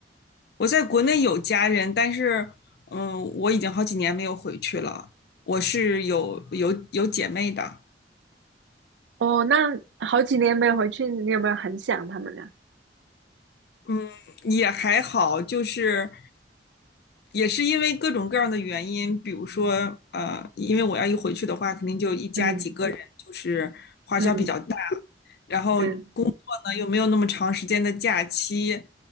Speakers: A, on the left; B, on the right.
A: 我在国内有家人，但是嗯，我已经好几年没有回去了。我是有有有姐妹的，
B: 哦，那好几年没回去，你有没有很想他们呢？
A: 嗯，也还好，就是也是因为各种各样的原因，比如说，呃，因为我要一回去的话，肯定就一家几个人，
B: 嗯
A: 就是花销比较大，
B: 嗯，
A: 然后工作呢又没有那么长时间的假期，
B: 对